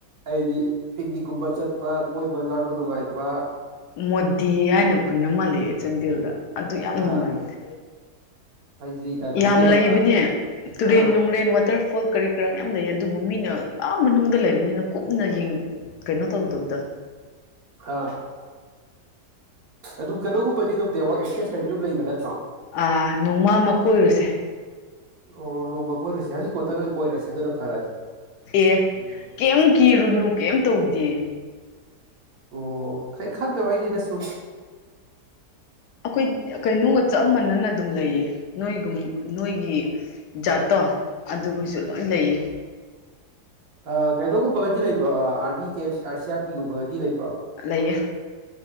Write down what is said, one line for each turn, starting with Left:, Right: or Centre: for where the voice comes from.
Right: ꯑꯩꯗꯤ ꯄꯤꯛ ꯒꯨꯝꯕ ꯆꯠꯄ ꯀꯣꯏꯕ ꯂꯥꯛꯄ ꯅꯨꯡꯉꯥꯏꯕ ꯑ
Left: ꯃꯣꯗꯤ ꯍꯥꯏꯅ ꯈꯨꯟ ꯑꯃ ꯂꯩꯌꯦ ꯆꯥꯟꯗꯦꯜꯗ ꯑꯗꯨ ꯌꯥꯝ ꯅꯨꯡꯉꯥꯏꯕꯅꯦ
Right: ꯑꯥ ꯍꯥꯏꯁꯤ ꯀꯩꯅꯣꯒꯤꯔꯕ
Left: ꯌꯥꯝ ꯂꯩꯕꯅꯦ ꯇꯨꯔꯦꯟ
Right: ꯑꯥ
Left: ꯅꯨꯡꯔꯦꯟ ꯋꯥꯇꯔꯐꯣꯜ ꯀꯔꯤ ꯀꯔꯥ ꯌꯥꯝ ꯂꯩ ꯑꯗꯨꯕꯨ ꯃꯤꯅ ꯌꯥꯝ ꯃꯅꯨꯡꯗ ꯂꯩꯕꯅꯤꯅ ꯀꯨꯞꯅ ꯀꯩꯅꯣ ꯇꯧꯗꯕꯗ
Right: ꯑ ꯑꯗꯨꯝ ꯀꯩꯅꯣꯒꯨꯝꯕꯗꯤ ꯑꯗꯨꯝ ꯗꯋꯥꯛ ꯑꯦꯛꯁꯦꯁꯇꯗꯤ ꯑꯗꯨꯝ ꯂꯩꯕ ꯅꯠꯇ꯭ꯔꯣ
Left: ꯑꯥ ꯅꯣꯡꯃ ꯃ ꯀꯣꯏꯔꯨꯁꯦ
Right: ꯑꯣ ꯔꯨꯕ ꯀꯣꯏꯔꯨꯁꯦ ꯍꯂꯤꯛꯀꯣꯠꯇ ꯅꯣꯏ ꯀꯣꯏꯔꯁꯦ ꯑꯗꯨꯗ ꯐꯔꯅꯤ <unintelligible>
Left: ꯑꯦ ꯀꯦꯝꯝ ꯀꯤꯔꯨꯅꯨ ꯀꯩꯝ ꯇꯧꯗꯦ
Right: ꯑꯣ ꯈꯩ ꯈꯪꯗꯕꯩꯗꯤꯅꯁꯨ
Left: ꯑꯩꯈꯣꯏ ꯀꯩꯅꯣꯒ ꯆꯞꯝꯕꯅꯅ ꯑꯗꯨꯝ ꯂꯩꯌꯦ ꯅꯣꯏꯒꯨꯝ ꯅꯣꯏꯒꯤ ꯖꯥꯠꯇꯣ ꯑꯗꯨꯕꯨꯒꯤꯁꯨ ꯂꯣꯏ ꯂꯩꯌꯦ
Right: ꯑ ꯀꯩꯅꯣꯒꯨꯝꯕꯒꯗꯤ ꯂꯩꯕ꯭ꯔꯣ ꯑꯥꯔꯕꯤ ꯀꯦꯞ ꯑꯥꯔ ꯁꯤ ꯑꯥꯔ ꯄꯤꯒꯨꯝꯕꯒꯗꯤ ꯂꯩꯕꯣ
Left: ꯂꯩꯌꯦ